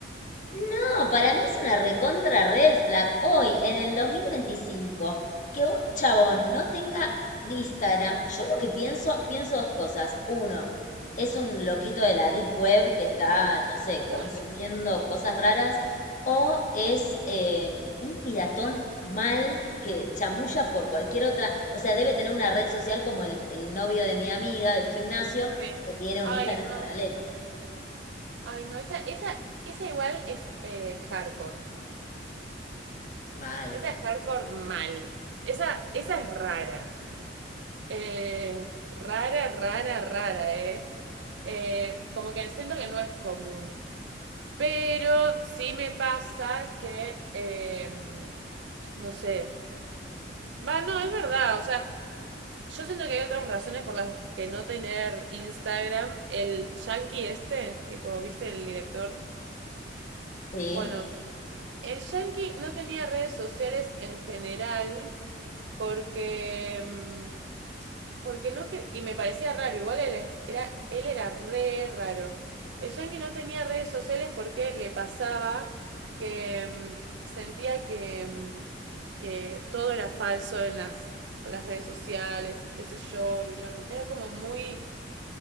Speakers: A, on the left; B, on the right.
A: No, para mí es una recontra red flag hoy, en el 2025 que un chabón no tenga Instagram. Yo lo que pienso, pienso dos cosas. Uno, es un loquito de la deep web que está, no sé, consumiendo
B: Ah,
A: cosas raras. O es eh, un piratón mal que chamulla por cualquier otra. O sea, debe tener una red social como el, el novio de mi amiga del gimnasio
B: sí.
A: que tiene
B: Ay,
A: un Instagram
B: no.
A: paralelo.
B: Ay, no, esa, esa, esa igual es eh, hardcore.
A: Mal.
B: Esa es hardcore mal. Esa, esa es rara. Eh, rara, rara, rara, ¿eh? Eh, Como que siento que no es común. Pero sí me pasa que, eh, no sé. Va, no, es verdad. O sea, yo siento que hay otras razones por las que no tener Instagram. El yankee este, tipo, ¿viste el director?
A: Sí.
B: Bueno, el yankee no tenía redes sociales en general porque... mm, Porque no que... Y me parecía raro, igual él, es- era, él era re raro. El Yankee no tenía redes sociales porque le pasaba que mm, sentía que, mm, que todo era falso en las, con las redes sociales y qué sé yo. Y bla, bla, bla. Era como muy,